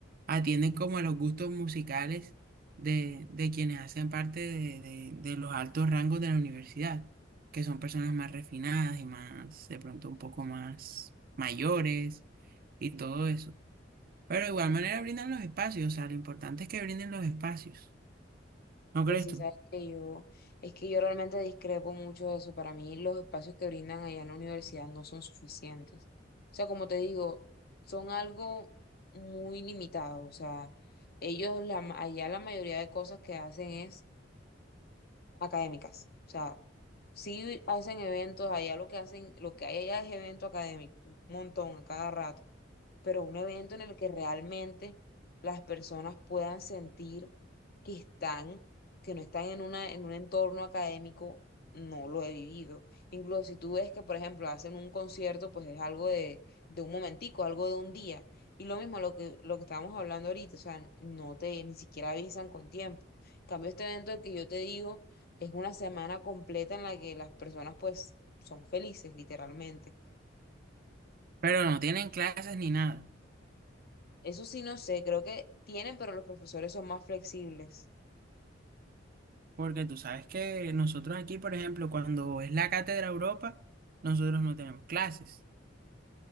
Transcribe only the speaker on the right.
atienden como a los gustos musicales de, de quienes hacen parte de, de- de los altos rangos de la universidad, que son personas más refinadas y más, de pronto un poco más mayores y todo eso. Pero de igual manera brindan los espacios, o sea, lo importante es que brinden los espacios, ¿no crees
tú?
Pero no tienen clases ni nada.
Porque tú sabes que nosotros aquí, por ejemplo, cuando es la Cátedra Europa, nosotros no tenemos clases.